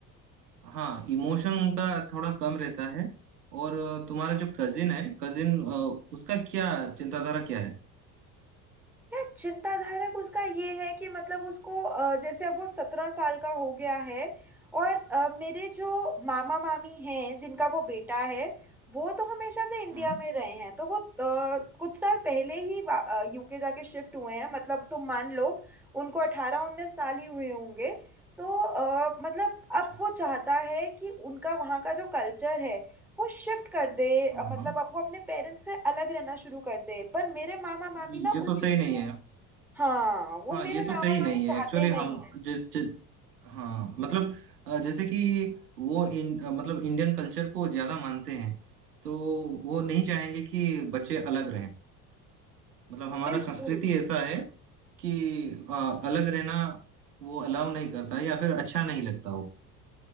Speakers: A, on the right (about 85°); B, in the centre.
A: हाँ इमोशन उनका थोड़ा कम रहता है और अ, तुम्हारा जो कजिन है कजिन उसका क्या चिंताधारा क्या है
B: यार चिंताधारक उसका ये है कि मतलब उसको अ, जैसे अब वो सत्रह साल का हो गया है और अ, मेरे जो मामा मामी हैं जिनका वो बेटा है वो तो हमेशा से इंडिया
A: हाँ
B: में रहे हैं तो वो अ, कुछ साल पहले ही यूके जाके शिफ्ट हुए हैं मतलब तुम मान लो उनको अठारह उन्नीस साल ही हुए होंगे तो अ, मतलब
A: अच्छा,
B: अब वो चाहता है कि उनका वहाँ का जो कल्चर है वो शिफ्ट कर दे अ,
A: हाँ
B: मतलब
A: हाँ
B: अब वो अपने पेरेंट्स से अलग रहना शुरू कर दे पर मेरे मामा मामी
A: अरे
B: ना
A: ये
B: उस
A: तो
B: चीज़
A: सही नहीं
B: के लिए
A: है
B: हाँ वो
A: हाँ
B: मेरे
A: ये
B: मामा
A: तो सही
B: मामी
A: नहीं
B: चाहते
A: है एक्चुअली
B: नहीं
A: हम
B: है
A: जिस जिस हाँ मतलब अ, जैसे कि वो इन अ, मतलब इंडियन कल्चर को ज्यादा मानते हैं तो वो नहीं चाहेंगे कि बच्चे अलग रहें मतलब हमारा
B: बिल्कुल
A: संस्कृति ऐसा है कि अ, अलग रहना वो अलाउ नहीं करता या फिर अच्छा नहीं लगता वो